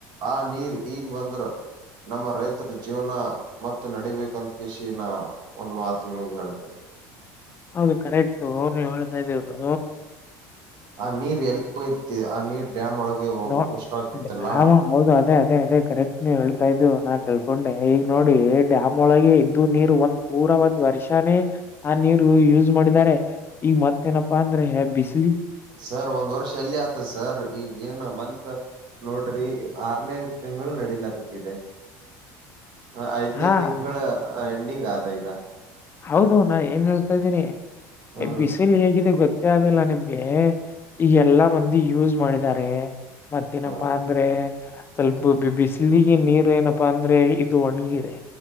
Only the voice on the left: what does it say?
ಹೌದು ಕರೆಕ್ಟು ನೀವು ಹೇಳ್ತಾ ಇದ್ದೀವುದು
ನೋ
ಡ್ಯಾಮ್ ಹೌದು ಅದೇ ಅದೇ ಅದೇ ಕರೆಕ್ಟ್ ನಿ ಹೇಳ್ತಾ ಇದು ನಾನ್ ತಿಳ್ಕೊಂಡೆ ಈಗ ನೋಡಿ ಡ್ಯಾಮ್ ಒಳಗೆ ಇದ್ದು ನೀರು ಒಂದೂ ವರ್ಷಾನೇ ಆ ನೀರು ಯೂಸ್ ಮಾಡಿದ್ದಾರೆ ಈಗ ಮತ್ತೇನಪ್ಪಾ ಅಂದ್ರೆ ಬಿಸಿ
ಹಾ
ಹೌದು ನಾ ಏನ್ ಹೇಳ್ತಾ ಇದ್ದೀನಿ
ಬಿಸಿಲು ಹೇಗಿದೆ ಗೊತ್ತ ಗೊತ್ತೆ ಅಗಲ್ಲ ನಿಮ್ಗೆ ಈಗ ಎಲ್ಲಾ ಮಂದಿ ಯೂಸ್ ಮಾಡಿದ್ದಾರೆ ಮತ್ತೇನಪ್ಪಾ
ಅಂದ್ರೆ ಸ್ವಲ್ಪಬಿ ಬಿಸಿಲಿಗೆ ನೀರು ಏನಪ್ಪಾ ಅಂದ್ರೆ ಇದು ಒಣಗಿದೆ